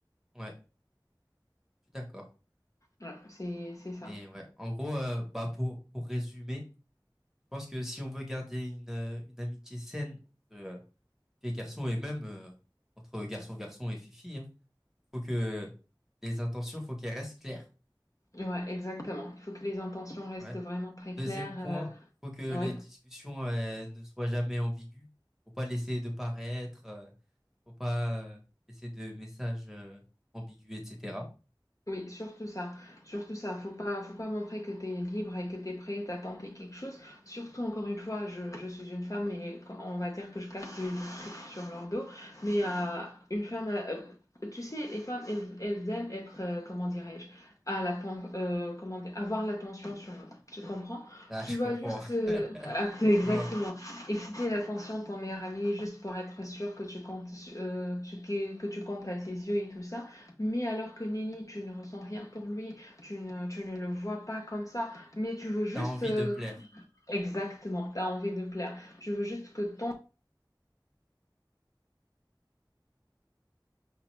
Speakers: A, in the centre; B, on the left.
A: ouais, je suis d'accord.
B: Ouais, c'est c'est ça.
A: Mais ouais, en gros, euh, bah pour pour résumer, je pense que si on veut garder une euh, une amitié saine entre euh, filles et garçons et même euh, entre garçon garçon et fifi, hein, faut que les intentions, faut qu'elles restent claires.
B: Ouais, exactement. Il faut que les intentions restent
A: Ouais.
B: vraiment très claires.
A: Deuxième point, faut que
B: euh,
A: les
B: ouais,
A: discussions euh, ne soient jamais ambiguës. Faut pas laisser de paraître, euh, faut pas euh, laisser de messages euh, ambigus, etc.
B: Oui, surtout ça, surtout ça. Faut pas, faut pas montrer que tu es libre et que tu es prête à tenter quelque chose. Surtout, encore une fois, je, je suis une femme et on va dire que je casse les trucs sur leur dos. Mais euh, une femme, euh, tu sais, les femmes, elles, elles aiment être, euh, comment dirais-je, à la, pen- euh, comment dire, avoir l'attention sur eux. Tu comprends?
A: Ah,
B: Tu
A: je
B: vas
A: comprends.
B: juste euh,
A: <laughs>
B: acter- <laughs> exactement
A: Je vois.
B: exciter l'attention de ton meilleur ami juste pour être sûr que tu comptes, su- euh, tu- que, que tu comptes à ses yeux et tout ça. Mais alors que Nelly, tu ne ressens rien pour lui, tu ne, tu ne le vois pas comme ça, mais tu veux juste...
A: T'as envie
B: euh,
A: de plaire.
B: exactement, tu as envie de plaire. Tu veux juste que ton...